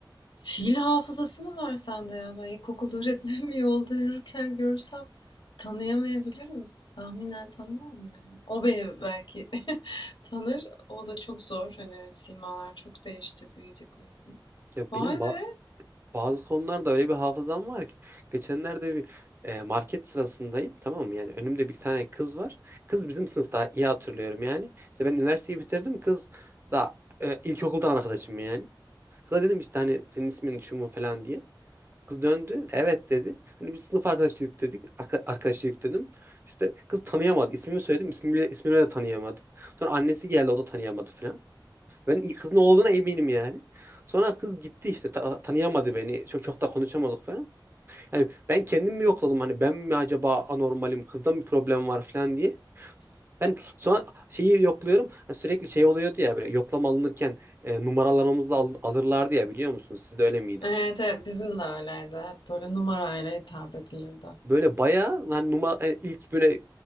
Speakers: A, on the left (about 70°); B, on the right (about 30°).
A: fiil hafızası mı var sende ya? Ben ilkokul öğretmenimi <laughs> yolda yürürken görsem tanıyamayabilirim. Tahminen tanımam yani. O beni belki <laughs> tanır. O da çok zor. Hani simalar çok değişti. Büyüdük büyüdük.
B: Ya
A: Vay
B: benim ba-
A: be.
B: bazı konularda öyle bir hafızam var ki geçenlerde bir e, market sırasındayım tamam mı? Yani önümde bir tane kız var. Kız bizim sınıfta iyi hatırlıyorum yani. İşte ben üniversiteyi bitirdim kız da e, ilkokuldan arkadaşım yani. Kıza dedim işte hani senin ismin şu mu falan diye. Kız döndü. Evet dedi. Hani bir sınıf arkadaşlık dedik. arka- arkadaşlık dedim. İşte kız tanıyamadı. İsmimi söyledim. İsmimi, bile- ismimi de tanıyamadı. Sonra annesi geldi. O da tanıyamadı falan. Ben kızın olduğuna eminim yani. Sonra kız gitti işte. ta- tanıyamadı beni. Çok, çok da konuşamadık falan. Yani ben kendimi yokladım. Hani ben mi acaba anormalim? Kızda mı problem var falan diye. Ben sonra şeyi yokluyorum. Hani sürekli şey oluyordu ya böyle yoklama alınırken e, numaralarımızı al- alırlardı ya biliyor musunuz? Sizde öyle miydi?
A: Evet, evet bizim de öyleydi. Hep böyle numarayla hitap edilirdi.
B: Böyle bayağı hani numara hani ilk böyle